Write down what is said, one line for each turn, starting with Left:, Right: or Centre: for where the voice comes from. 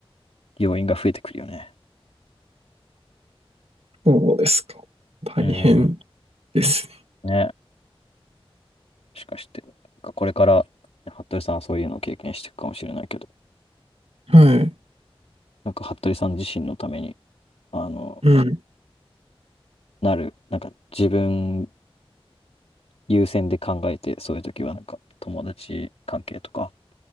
Left: 要因が増えてくるよね。
Right: そうですか。大変
Left: うん。
Right: ですね。
Left: ね。しかして、なんかこれから、服部さんはそういうのを経験していくかもしれないけど、
Right: はい。
Left: なんか服部さん自身のために、あの、
Right: うん。
Left: なる、なんか自分優先で考えて、そういう時はなんか友達関係とか